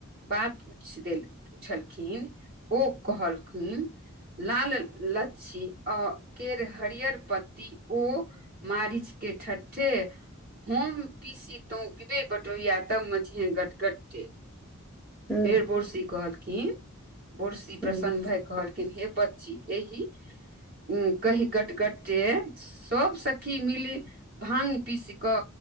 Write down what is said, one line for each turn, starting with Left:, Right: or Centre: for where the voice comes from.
Right: बात पूछ देल पुछलखिन ओ कहलखिन। लाल लच्छी आ केर हरियर पत्ती ओ मारिच के ठठ्ठे। हम पीसी तो पिबे बटोय तब मच हे गट गटे
Centre: हुँ
Right: फेर
Centre: हुँ
Right: पोड़सी कहलखिन। बोड़सी प्रसन्न
Centre: हुँ
Right: भय कहलखिन ह बच्ची एहिह कहि गटगटटे सभ सखी मिली भाग पीस क